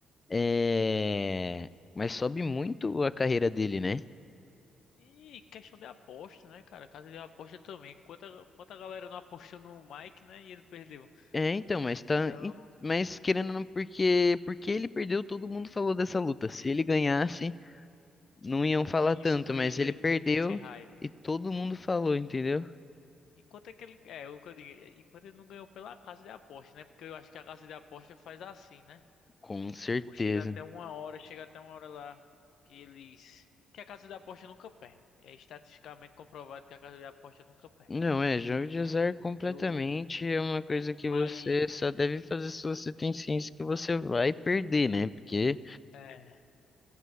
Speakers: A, on the left; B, on the left.
A: É, mas sobe muito a carreira dele, né?
B: E questão de aposta, né, cara? Casa de aposta também. Quanta, quanta galera não apostou no Mike, né? E ele perdeu.
A: É, então, mas
B: Então,
A: tá. em- Mas querendo ou não, porque, porque ele perdeu, todo mundo falou dessa luta. Se ele ganhasse, não iam falar
B: isso
A: tanto,
B: não
A: mas
B: ia ter,
A: ele perdeu
B: não ia ter esse hype.
A: e todo mundo falou, entendeu?
B: E quanto é que ele, é, o que eu digo, e quanto ele não ganhou pela casa de aposta, né? Porque eu acho que a casa de aposta faz assim, né?
A: Com certeza.
B: Tipo, chega até uma hora, chega até uma hora lá que eles, que a casa de aposta nunca perde. É estatisticamente comprovado que a casa de aposta nunca perde,
A: Não,
B: cara.
A: é, jogo de azar completamente
B: E o,
A: é uma coisa que você
B: mas
A: só deve fazer se você tem ciência que você vai perder, né? Porque
B: é,